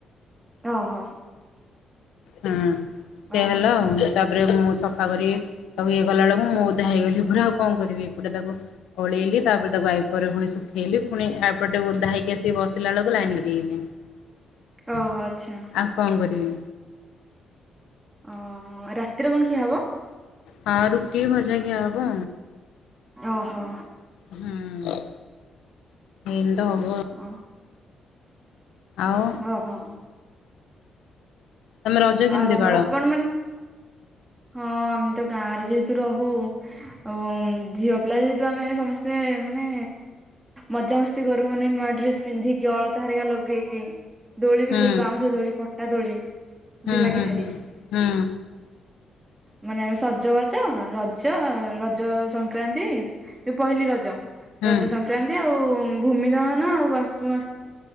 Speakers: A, on the right; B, on the left.
A: ଅହ।
B: ହୁଁ ସେୟା
A: ଓହୋ
B: ହେଲା ଆଉ ତାପରେ ମୁଁ ସଫା କରି ତାକୁ ଇଏ କଲାବେଳକୁ ମୁଁ ଓଧା ହେଇଗଲି ପୁରା ଆଉ କଣ କରିବି ଏକୁଟିଆ ତାକୁ ଉଳେଇଲି ତାପରେ ତାକୁ ୱାଇପରରେ ପୁଣି ଶୁଖେଇଲି ପୁଣି ଏପଟେ ଓଦା ହେଇକି ଆସିକି ବସିଲା ବେଳକୁ ଲାଇନ୍ କଟି ଯାଇଛି
A: ଓହୋ ଆଚ୍ଛା
B: ଆଉ କଣ କରିବି?
A: ଓ ରାତିରେ କଣ ଖିଆ ହବ?
B: ହଁ ରୁଟି ଭଜା ଖିଆହେବ।
A: ଓହୋ
B: ହଁ ଏନ ତ ହବ।
A: ଅ।
B: ଆଉ
A: ଓହୋ।
B: ତମେ ରଜ କେମିତି
A: ଆଉ
B: ପାଳ?
A: ଆପଣ ମାନେ ହଁ ଆମେ ତ ଗାଁରେ ଯେହେତୁ ରହୁ। ଅ ଝିଅ ପିଲା ଯେହେତୁ ଆମେ ସମସ୍ତେ ମାନେ ମଜାମସ୍ତି କରୁ ମାନେ ନୂଆ ଡ୍ରେସ ପିନ୍ଧିକି ଅଳତା ହାରିକା ଲଗେଇକି। ଦୋଳି ବି
B: ହୁଁ
A: ଖେଳୁ ବାଉଁଶ ଦୋଳି ପଟା ଦୋଳି
B: ହୁଁ
A: ବି ଲାଗିଥାଏ।
B: ହୁଁ ହୁଁ ହୁଁ
A: ମାନେ ଆମେ ସଜବାଜ ରଜ ର ରଜ ସଂକ୍ରାନ୍ତି ପହିଲି ରଜ
B: ହୁଁ
A: ରଜ ସଂକ୍ରା ଆଉ ଭୂମି ଦହନ ଆଉ ବାସୁମତି